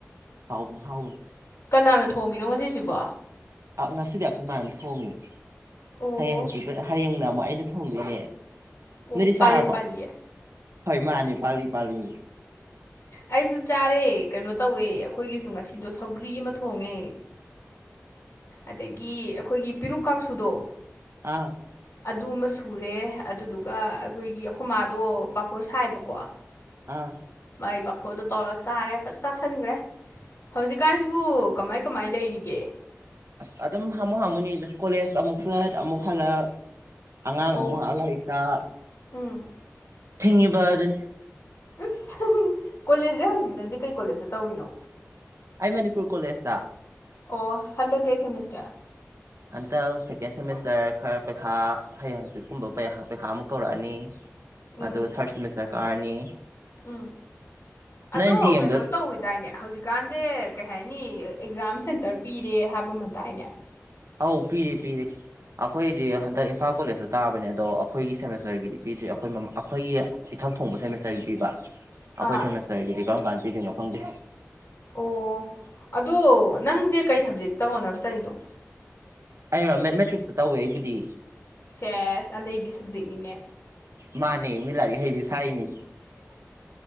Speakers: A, on the right; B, on the left.
A: ꯍꯥꯎꯕꯅꯤ ꯍꯥꯎꯕꯅꯤ
B: ꯀꯅꯥꯅ ꯊꯣꯡꯉꯤꯅꯣ ꯉꯁꯤꯁꯤꯕꯣ
A: ꯑꯥ ꯉꯁꯤꯗꯤ ꯑꯩꯈꯣꯏ ꯃꯥꯅ ꯊꯣꯡꯉꯦ
B: ꯑꯣ
A: ꯍꯌꯦꯡ ꯍꯪꯆꯤꯠ ꯍꯥꯌꯦꯡꯅ ꯑꯃꯨꯛ ꯑꯩꯅ ꯊꯣꯡꯗꯣꯏꯅꯦ
B: ꯑꯣ
A: ꯅꯣꯏꯗꯤ ꯆꯥꯔꯕꯣ
B: ꯄꯥꯜꯂꯤ ꯄꯥꯜꯂꯤꯌꯦ
A: ꯍꯣꯏ ꯃꯥꯅꯦ ꯄꯥꯜꯂꯤ ꯄꯥꯜꯂꯤꯅꯤ
B: ꯑꯩꯁꯨ ꯆꯥꯔꯦ ꯀꯩꯅꯣ ꯇꯧꯋꯦ ꯑꯩꯈꯣꯏꯒꯤꯁꯨ ꯉꯁꯤꯗꯣ ꯁꯧꯒ꯭ꯔꯤ ꯑꯃ ꯊꯣꯡꯉꯦ ꯑꯗꯒꯤ ꯑꯩꯈꯣꯏꯒꯤ ꯄꯤꯔꯨꯛ ꯀꯥꯡꯁꯨꯗꯣ
A: ꯑꯥ
B: ꯑꯗꯨꯝꯃ ꯁꯨꯔꯦ ꯑꯗꯨꯗꯨꯒ ꯑꯩꯈꯣꯏꯒꯤ ꯑꯩꯈꯣꯏꯃꯥꯗꯣ ꯄꯥꯐꯣꯔ ꯁꯥꯏꯕꯀꯣ
A: ꯑꯥ
B: ꯃꯥꯏ ꯄꯥꯐꯣꯔꯗꯣ ꯇꯧꯔꯒ ꯆꯥꯔꯦ ꯐꯖ ꯆꯥꯁꯟꯒꯔꯦ ꯍꯧꯖꯤꯛ ꯀꯥꯟꯁꯤꯕꯨ ꯀꯃꯥꯏ ꯀꯃꯥꯏ ꯂꯩꯔꯤꯒꯦ
A: ꯑꯁ ꯑꯗꯨꯝ ꯍꯥꯝꯃꯨ ꯍꯥꯝꯃꯨꯅꯤꯗ ꯀꯣꯂꯦꯖ ꯑꯃꯨꯛ ꯆꯠ ꯑꯃꯨꯛ ꯍꯜꯂꯛ ꯑꯉꯥꯡ
B: ꯑꯣ
A: ꯑꯃꯨꯛ ꯉꯍꯛ ꯂꯥꯏꯔꯤꯛꯇꯥꯛ
B: ꯎꯝ
A: ꯍꯤꯡꯉꯤꯕꯗꯨꯅꯤ
B: ꯏꯁꯁ ꯀꯣꯂꯦꯖꯁꯦ ꯍꯧꯖꯤꯛꯁꯤ ꯅꯪꯁꯤ ꯀꯩ ꯀꯣꯂꯦꯖꯇ ꯇꯧꯔꯤꯅꯣ
A: ꯑꯩ ꯃꯅꯤꯄꯨꯔ ꯀꯣꯂꯦꯖꯇꯥ
B: ꯑꯣ ꯍꯟꯗꯛ ꯀꯩ ꯁꯦꯃꯤꯁꯇꯔ
A: ꯍꯟꯇꯛ ꯁꯦꯀꯦꯟ ꯁꯦꯃꯤꯁꯇꯔ ꯈꯔ ꯄꯩꯈꯥ ꯍꯌꯦꯡ ꯍꯪꯆꯤꯠꯀꯨꯝꯕ ꯄꯩꯈꯥ ꯑꯃꯨꯛ ꯇꯧꯔꯛꯑꯅꯤ
B: ꯎꯝ
A: ꯑꯗꯨ ꯊꯥꯔꯠ ꯁꯦꯃꯤꯁꯇꯔ ꯀꯥꯔꯅꯤ
B: ꯎꯝ
A: ꯅꯪ
B: ꯑꯗꯣ
A: ꯗꯤ ꯑꯦꯝꯗ
B: ꯀꯩꯅꯣ ꯇꯧꯋꯤꯗꯥꯏꯅꯦ ꯍꯧꯖꯤꯛ ꯀꯥꯟꯖꯦ ꯀꯩ ꯍꯥꯏꯅꯤ ꯑꯦꯛꯖꯥꯝ ꯁꯦꯟꯇꯔ ꯄꯤꯔꯦ ꯍꯥꯏꯕ ꯑꯃꯇꯥꯏꯅꯦ
A: ꯑꯥꯎ ꯄꯤꯔꯦ ꯄꯤꯔꯦ ꯑꯩꯈꯣꯏꯗꯤ ꯍꯟꯗꯛ ꯏꯝꯐꯥꯜ ꯀꯣꯂꯦꯖꯇ ꯇꯥꯕꯅꯦ ꯑꯗꯣ ꯑꯩꯈꯣꯏꯒꯤ ꯁꯦꯃꯤꯁꯇꯔꯒꯤꯗꯤ ꯄꯤꯗ꯭ꯔꯤ ꯑꯩꯈꯣꯏ ꯑꯩꯈꯣꯏꯒꯤ ꯏꯊꯛ ꯊꯣꯡꯕ ꯁꯦꯃꯤꯁꯇꯔꯒꯤ ꯄꯤꯕ ꯑꯩꯈꯣꯏ
B: ꯑꯥ
A: ꯁꯦꯃꯤꯁꯇꯔꯒꯤꯗꯤ ꯀꯔꯝ ꯀꯥꯟꯗ ꯄꯤꯗꯣꯏꯅꯣ ꯈꯪꯗꯦ
B: ꯑꯣ ꯑꯗꯣ ꯅꯪꯁꯦ ꯀꯩ ꯁꯞꯖꯦꯛꯇ ꯑꯣꯅꯔꯁꯇꯧꯔꯤꯅꯣ
A: ꯑꯩꯔꯣ ꯃꯦꯠꯃꯦꯇꯤꯛꯁꯇ ꯇꯧꯋꯦ ꯑꯩꯕꯨꯗꯤ
B: ꯁꯦꯁ ꯑꯅꯩꯕꯤ ꯁꯕꯖꯦꯛꯅꯤꯅꯦ
A: ꯃꯥꯅꯦ ꯃꯤ ꯂꯥꯏꯔꯤꯛꯍꯩꯕꯤ ꯁꯥꯏꯅꯤ